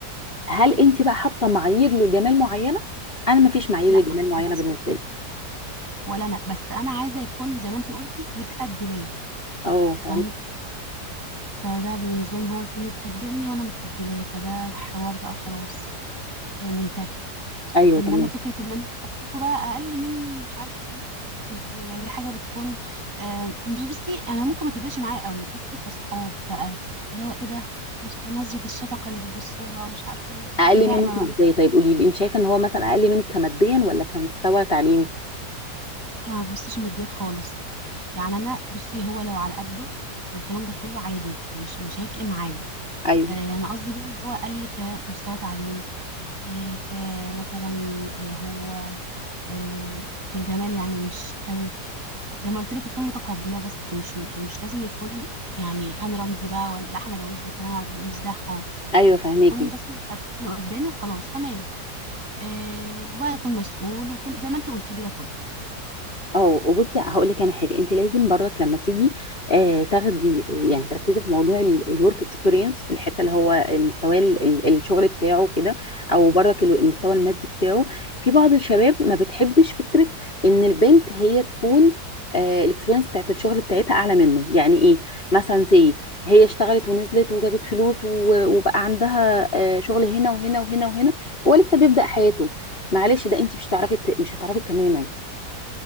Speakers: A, on the left; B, on the right.
A: هل انت بقى حاطة معايير لجمال معينة انا ما فيش معايير
B: لا
A: لجمال معينة
B: خالص
A: بالنسبة لي
B: ولا انا بس انا عايزه يكون زي ما انت قلتي متقبلاه
A: اه
B: أنت فاهمه
A: فاهم
B: فده بالنسبه لي ان هو يكون متقبلني وانا متقبلاه فده حوار بقى خلاص آه، منتهي
A: ايوه
B: انما
A: تمام
B: فكره ان انا اشوفه بقى اقل مني مش عارفه ايه انت يعني دي حاجه بتكون آه، مش بصي انا ممكن ما تبقاش معايا قوي بس كصحاب بقى اللي هو ايه ده مش نظره الشفقه اللي بيبصوها مش عارفه ايه
A: اقل
B: انت فاهمه
A: منك
B: بقى
A: ازاي طيب قولي لي انت شايفه ان هو مثلا اقل منك كماديا ولا كمستوى تعليمي
B: انا ما ببصش ماديات خالص يعني انا بصي هو لو على قده والكلام ده كله عادي مش مش هيفرق معايا
A: ايوه
B: آه، انا قصدي بقى اللي هو اقل كمستوى تعليم آه، كمثلا اللي هو آه، في الجمال يعني مش قوي زي ما قلت لك اكون متقبله بس مش مش لازم يكون يعني انا رمزي بقى ولا احمد عز وكلام ع- مش ده خالص
A: ايوه فهميكي
B: اكون بس متقبله اللي قدامي وخلاص تمام إيه وبقى اكون مسؤول وكون زي ما انت قلتي لي ده كله
A: اه وبصي هقول لك انا حاجه انت لازم برضك لما تيجي آه تاخدي يعني تركزي في موضوع الورك اكسبيرينس الحته اللي هو المستوى ال- ال- الشغل بتاعه كده او برضك ال- المستوى المادي بتاعه في بعض الشباب ما بتحبش فكره ان البنت هي تكون آه الاكسبيرينس بتاعت الشغل بتاعتها اعلى منه يعني ايه مثلا زي هي اشتغلت ونزلت وجابت فلوس و- وبقى عندها آه شغل هنا وهنا وهنا وهنا ولسه بيبدأ حياته معلش ده انت مش هتعرفي ت- مش هتعرفي تكملي معاه